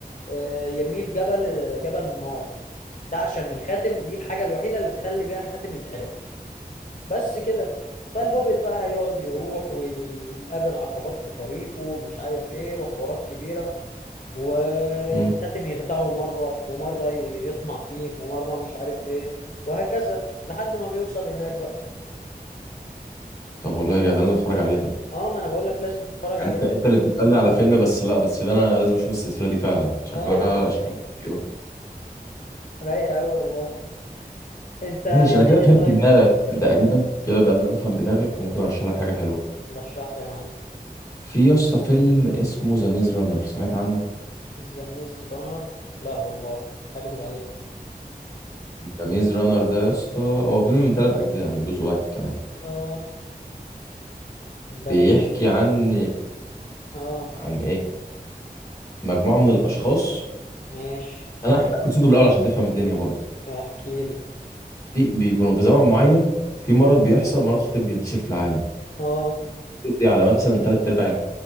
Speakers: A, on the left; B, on the left.
A: آه، يرميه في جبل آه، جبل النار ده عشان الخاتم دي الحاجة الوحيدة اللي تخلي بيها الخاتم يتحرق بس كده فالهوبيت بقى هيقعد يروح ويقابل عقبات في طريقه ومش عارف ايه وحوارات كبيرة والخاتم
B: مم.
A: يخدعه مرة ومرة ي- يطمع فيه ومرة مش عارف ايه وهكذا لحد ما بيوصل هناك بقى
B: طب والله يا جدع انا لازم اتفرج عليه ده
A: اه ما انا بقول لك لازم تتفرج
B: يعني
A: عليه
B: انت انت اللي بتسالني على فيلم بس لا بس ده انا لازم اشوف السلسله دي فعلا شكلها
A: اه
B: شكلها كتير
A: رايقة قوي والله انت ايه
B: ماشي
A: الدنيا
B: انا كده فهمت
A: طيب
B: دماغك تقريبا كده بدات افهم دماغك وممكن ارشح لك حاجه حلوه
A: رشح لي يا معلم
B: في يا اسطى فيلم اسمه ذا ميز رانر سمعت عنه
A: ذا ميز رانر لا والله اكدب عليك
B: ذا ميز رانر ده يا اسطى هو فيلم من ثلاث اجزاء مش جزء واحد كمان
A: اه ده
B: بيحكي
A: بي
B: عن
A: اه
B: عن ايه مجموعه من الاشخاص
A: ماشي
B: انا هحكي لك قصته من الاول عشان تفهم الدنيا برضه
A: احكي لي
B: في بيكونوا في زمن معين في مرض بيحصل مرض خطير بينتشر في العالم
A: اه
B: بيقضي على مثلا ثلاث ارباع